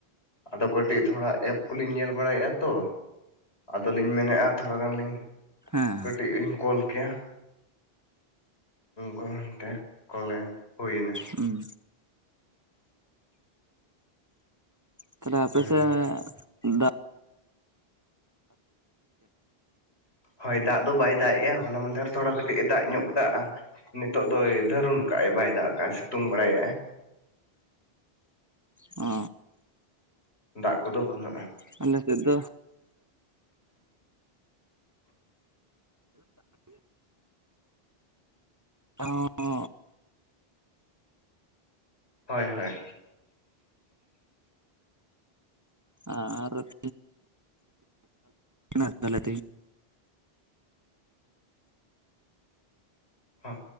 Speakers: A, on the left; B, on the right.
A: ᱟᱫᱚ ᱠᱟᱹᱴᱤᱡ ᱛᱷᱚᱲᱟ ᱮᱯ ᱠᱚᱞᱤᱧ ᱧᱮᱞ ᱵᱟᱲᱟᱭᱮᱫᱼᱟ ᱛᱚ ᱟᱫᱚᱞᱤᱧ ᱢᱮᱱᱮᱼᱟ ᱛᱷᱚᱲᱟ ᱜᱟᱱ ᱞᱤᱧ
B: ᱦᱮᱸ
A: ᱠᱟᱹᱴᱤᱡ ᱞᱤᱧ ᱠᱚᱞ ᱜᱮᱭᱟ ᱜᱚᱱ ᱛᱮ ᱠᱚᱞᱮᱱ ᱦᱩᱭ ᱮᱱᱟ
B: ᱦᱩᱸ ᱛᱟᱦᱞᱮ ᱟᱯᱮ
A: ᱦᱩᱸ
B: ᱥᱮᱫ ᱫᱟᱜ
A: ᱦᱳᱭ ᱫᱟᱜ ᱫᱚ ᱵᱟᱭ ᱫᱟᱜ ᱮᱼᱟ ᱦᱚᱞᱟ ᱢᱫᱷᱮᱨ ᱨᱮ ᱛᱷᱚᱲᱟ ᱠᱟᱹᱴᱤᱡ ᱮ ᱫᱟᱜ ᱧᱚᱜ ᱠᱮᱫᱟ ᱟᱨ ᱱᱤᱛᱚᱜ ᱫᱚᱭ ᱫᱟᱹᱨᱩᱱ ᱠᱟᱜᱟᱭ ᱵᱟᱭ ᱫᱟᱜ ᱠᱟᱜᱭ ᱥᱤᱛᱩᱝ ᱵᱟᱲᱟᱭᱟᱭ
B: ᱚ
A: ᱫᱟᱜ ᱠᱚᱫᱚ ᱵᱟᱹᱱᱩᱜᱼᱟ
B: ᱟᱞᱮ ᱥᱮᱫ ᱫᱚ <inaudible>
A: ᱦᱳᱭ ᱦᱳᱭ
B: ᱟᱨ ᱟᱨ ᱛᱤᱱᱚᱜ ᱛᱟᱦᱚᱞᱮ
A: ᱦᱚᱸ